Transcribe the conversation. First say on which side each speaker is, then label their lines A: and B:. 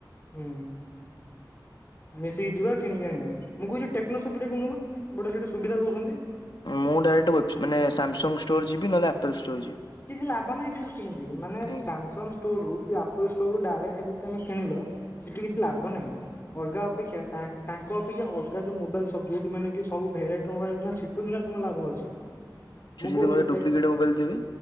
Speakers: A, on the left; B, on the left.
A: ହୁଁ ମିଶିକି ଯିବା କିଣିକି ଆଣିବା ମୁଁ କହୁଛି ଟେକ୍ନୋସପରେ କିଣୁନ ଗୋଟେ ସେଟି ସୁବିଧା ଦଉଛନ୍ତି
B: ମୁଁ ଡାଇରେକ୍ଟ ମାନେ ସାମସଙ୍ଗ ଷ୍ଟୋର ଯିବି ନହେଲେ ଆପଲ ଷ୍ଟୋର ଯିବି
A: କିଛି ଲାଭ ନାହିଁ ସେଠୁ କିଣିକି ମାନେ
B: କାହିଁକି
A: ସାମସଙ୍ଗ ଷ୍ଟୋର ରୁ କି ଆପଲ ଷ୍ଟୋର ରୁ ଡାଇକ୍ଟ । ଯେତେି ଆମେ କିଣିଲ ସେଠି କିଛି ଲାଭ ନାହିଁ । ଓଲଗା ଉପେକ୍ଷା ତା ତାଙ୍କ ଅପକ୍ଷା ଅଲଗା ଯେଉଁ ମୋବାଇଲ୍ ସପ୍ ଯେଉଠି ମାନେ କି ସବୁ ଭେରାଇଟି ମୋବାଇଲ ସେଠୁ ବି ତମ ଲାଭ ଅଛି
B: ସେଠି
A: ମୁଁ କହୁଛି
B: ମତେ ଡୁପ୍ଲିକେଟ
A: ଟେକ୍
B: ମୋବାଇଲ ଦେବେ